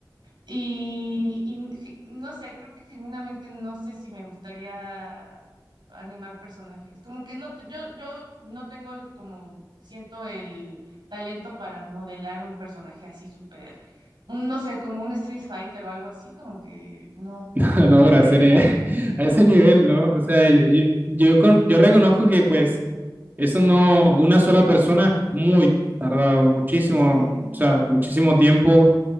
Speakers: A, on the right; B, on the right.
A: y, y ge- no sé, creo que genuinamente no sé si me gustaría animar personajes. Como que no, te- yo, yo no tengo el- como siento el talento para modelar un personaje así súper, no sé, como un Street Fighter o algo así, como que no.
B: <laughs>
A: Me
B: No,
A: encantaría.
B: gracias. eh, <laughs> A ese nivel, ¿no? O sea, yo, yo, yo con- yo reconozco que pues eso no, una sola persona es muy tardado, muchísimo,
A: Sí.
B: o sea, muchísimo tiempo,